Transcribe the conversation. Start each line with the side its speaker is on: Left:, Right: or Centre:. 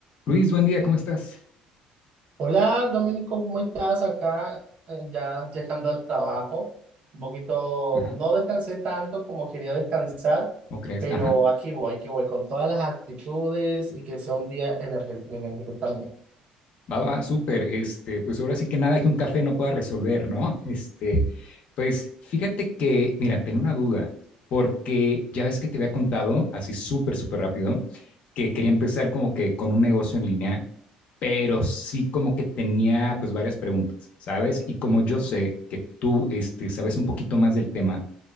Left: Luis, buen día, ¿cómo estás?
Right: Hola, Domenico, ¿cómo estás acá? eh, Ya llegando al trabajo. Un poquito,
Left: Ajá,
Right: no descansé tanto como quería descansar,
Left: ¿Cómo crees?
Right: pero
Left: Ajá.
Right: aquí voy, aquí voy con todas las actitudes y que sea un día energético también.
Left: Va, va, súper. Este, pues ahora sí que nada que un café no pueda resolver, ¿no? Este, pues fíjate que, mira, tenía una duda, porque ya ves que te había contado, así súper, súper rápido, que quería empezar como que con un negocio en línea, pero sí como que tenía pues varias preguntas, ¿sabes? Y como yo sé que tú, este, sabes un poquito más del tema,